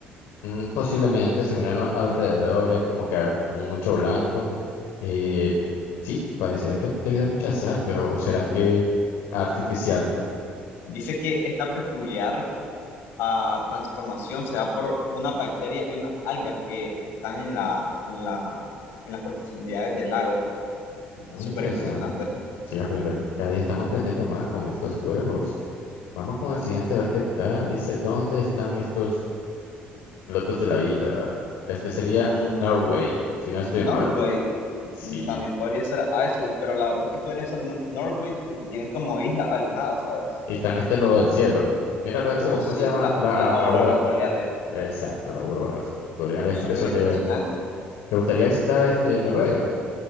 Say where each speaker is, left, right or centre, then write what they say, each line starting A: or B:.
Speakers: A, on the left; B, on the left.
A: Mm, Posiblemente se miran a- alrededores, como que mu- mucho blanco. Eh, sí, parecerá que debido a mucha sal, pero ¿será que artificial?
B: Dice que esta peculiar ah, transformación se da por una bacteria y unas algas que están en la, en la, en las profundidades del lago. Está
A: Muy
B: súper
A: interesante.
B: impresionante.
A: Sí, aprender. Cada día estamos aprendiendo más con estos juegos. Vamos con el siguiente a ver qué tal. Dice, ¿dónde están estos pilotos de la isla? Este sería
B: Mm,
A: Norway, si no estoy
B: Northgate
A: mal. Sí.
B: mm, también podría ser Iceland, pero la verdad es que podría ser Nor- Northgate porque tienen como islas alejadas, ¿sabes?
A: Y están este lo del cielo. Mira lo del cielo,
B: O
A: ¿cómo
B: sí,
A: se llama?
B: la,
A: La a-
B: la
A: aurora.
B: aurora boreal,
A: Exacto, la aurora boreal. Es
B: súper
A: por eso
B: impresionante.
A: que ¿Te gustaría visitar este Noruega?